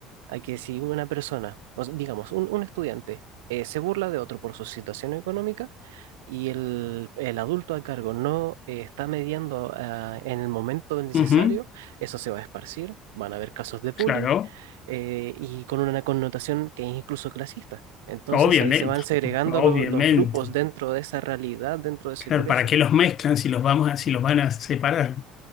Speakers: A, on the right; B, on the left.
A: A que si una persona, o sea, digamos, un, un estudiante, eh, se burla de otro por su situación económica y el, el adulto a cargo no eh, está mediando ah, en el momento necesario,
B: ujú,
A: eso se va a esparcir, van a haber casos de bullying
B: claro.
A: eh, y con una connotación que es incluso clasista. Entonces
B: Obviamente,
A: ahí se van segregando
B: obviamente.
A: lo- los grupos dentro de esa realidad, dentro de ese
B: Claro,
A: colegio.
B: ¿para qué los mezclan si los vamos a, si los van a separar?